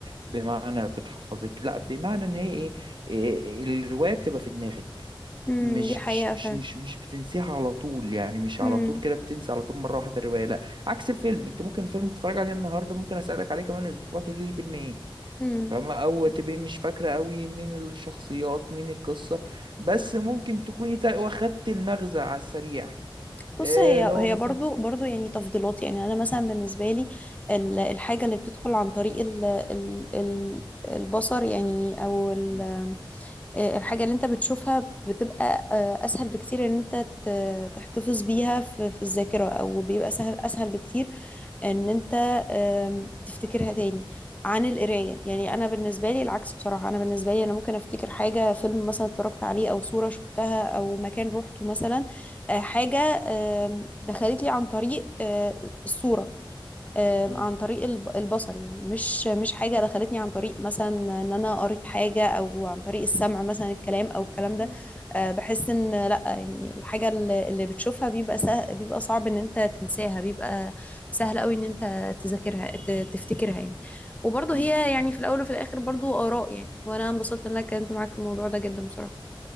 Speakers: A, on the right; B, on the left.
A: بمعنى بتحفظك لا بمعنى ان هي ايه إيه، الروايه بتبقى في دماغك
B: مم.
A: مش
B: دي حقيقة
A: مش
B: فعلا
A: مش مش مش بتنسيها على طول يعني مش على
B: مم.
A: طول كده بتنسى على طول مره واحده الروايه لا عكس الفيلم انت ممكن الفيلم تتفرج عليه النهارده ممكن اسالك عليه كمان اسبوع تقولي لي فيلم ايه
B: مم.
A: فاهمة او تبقي مش فاكره قوي مين الشخصيات مين القصه بس ممكن تكوني تا- واخدت المغزى على السريع
B: بص
A: إيه
B: هي
A: اللي هو
B: هي
A: مثلا
B: برضو برضو يعني تفضيلات يعني انا مثلا بالنسبه لي ال- الحاجه اللي بتدخل عن طريق ال ال ال البصر يعني او ال
A: مم.
B: آه، الحاجة اللي انت بتشوفها بتبقى آه، اسهل بكتير ان انت ت- تحتفظ بيها في في الذاكرة او بيبقى سهل اسهل بكتير ان انت آم، تفتكرها تاني عن القراية يعني انا بالنسبة لي العكس بصراحة انا بالنسبة لي انا ممكن افتكر حاجة فيلم مثلا اتفرجت عليه او صورة شفتها او مكان روحته مثلا آه، حاجة آم، دخلت لي عن طريق آه، الصورة آم،
A: مم.
B: عن طريق الب- البصر يعني مش مش حاجة
A: مم.
B: دخلتني عن طريق مثلا ان انا قريت حاجة او عن طريق السمع مثلا الكلام او الكلام ده
A: مم.
B: آه، بحس ان لا يعني الحاجة اللي اللي بتشوفها بيبقى سه... بيبقى صعب ان انت تنساها بيبقى سهل قوي ان انت تذاكرها ت... تفتكرها يعني وبرضه
A: مم.
B: هي يعني في الاول وفي الاخر برضه آراء يعني وانا انبسطت ان انا اتكلمت معاك في الموضوع ده جدا بصراحة